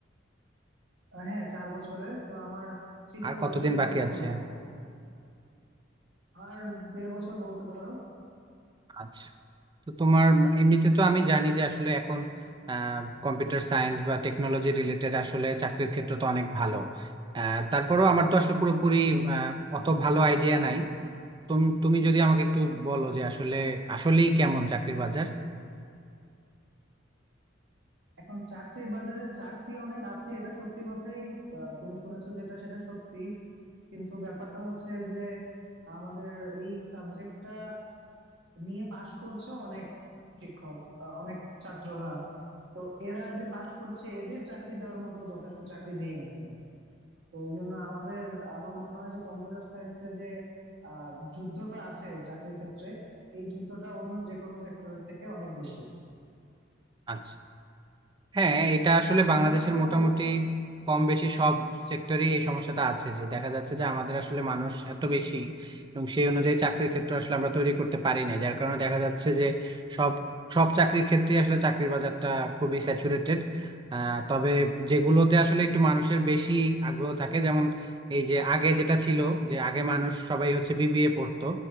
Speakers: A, on the right (about 65°); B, on the right (about 25°).
A: আহ, হ্যাঁ চার বছরের তো আমার তৃতীয়
B: আর কতদিন
A: বর্ষ শুরু
B: বাকি আছে
A: হলো মাত্র আর দেড় বছর বলতে পারো
B: আচ্ছা তো তোমার এমনিতে তো আমি জানি যে আসলে এখন কম্পিউটার সায়েন্স বা টেকনোলজি রিলেটেড আসলে চাকরির ক্ষেত্র তো অনেক ভালো আহ, তারপরেও আমার তো আসলে পুরোপুরি আহ, অত ভালো আইডিয়া নাই তুমি তুমি যদি আমাকে একটু বলো যে আসলে আসলেই কেমন চাকরির বাজার
A: এখন চাকরির বাজারে চাকরি অনেক আছে এটা সত্যি কথাই আহ, তুমি শুনেছো যেটা সেটা সত্যি কিন্তু ব্যাপারটা হচ্ছে যে আমাদের এই সাবজেক্টটা নিয়ে পাশ করছে অনেক শিক্ষক আহ, অনেক ছাত্ররা তো এরা যে পাশ করছে এদের চাকরি দেওয়ার মতো যথেষ্ট চাকরি নেই আসলে তো এই জন্য আমাদের আমার মনে হয় যে কম্পিউটার সায়েন্সে যে আহ যুদ্ধটা আছে চাকরির ক্ষেত্রে এই যুদ্ধটা অন্য যে কোনো সেক্টরের থেকে অনেক বেশি
B: আচ্ছা হ্যাঁ এটা আসলে বাংলাদেশের
A: তুমি হয়তো
B: মোটামুটি কম বেশি সব সেক্টরে এই সমস্যাটা আছে যে দেখা যাচ্ছে যে আমাদের আসলে মানুষ এত বেশি এবং সেই অনুযায়ী চাকরির ক্ষেত্র আসলে আমরা তৈরি করতে পারি না যার কারণে দেখা যাচ্ছে যে সব সব চাকরির ক্ষেত্রে আসলে চাকরির বাজারটা খুবই স্যাচুরেটেড আহ তবে যেগুলোতে আসলে একটু মানুষের বেশি আগ্রহ থাকে যেমন এই যে আগে যেটা ছিল যে আগে মানুষ সবাই হচ্ছে বিবিএ পড়তো